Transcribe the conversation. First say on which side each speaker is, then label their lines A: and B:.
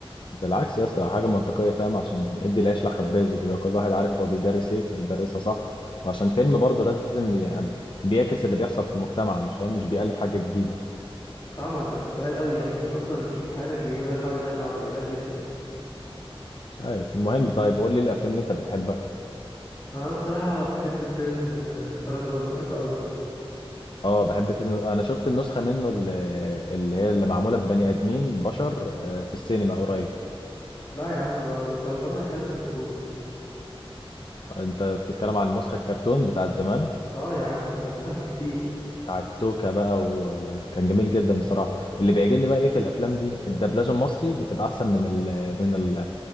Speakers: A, on the left; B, on the left.
A: بالعكس يا اسطى حاجة منطقية فاهم عشان ادي العيش لخباز وبيبقى كل واحد عارف هو بيدرس ايه فيدرسها صح وعشان فيلم برضه لازم يعني بيعكس اللي بيحصل في المجتمع مش فاهم مش بيألف حاجة جديدة
B: فاهمك بس قليل قوي يعني مين اصلا تشوف في حياتك بيجيب مدرس عربي يدرس عربي ده قليل جدا
A: مش عارف المهم طيب قول لي الافلام اللي انت بتحبها
B: انا بصراحه بحب فيلم آه، طرزان بحبه قوي
A: اه بحب فيلم انا شفت النسخة منه اللي, اللي هي اللي معمولة ببني ادمين بشر آه، في السينما قريب
B: لا يا عم انا ب- طرزان ما يحلاش غير بقرود
A: انت بتتكلم عن النسخة الكرتون بتاعت زمان
B: اه يا عم ده احسن بكتير
A: بتاع التوكا بقى وكان جميل جدا بصراحه اللي بيعجبني بقى ايه في الافلام دي الدبلجه المصري بتبقى احسن من ال من ال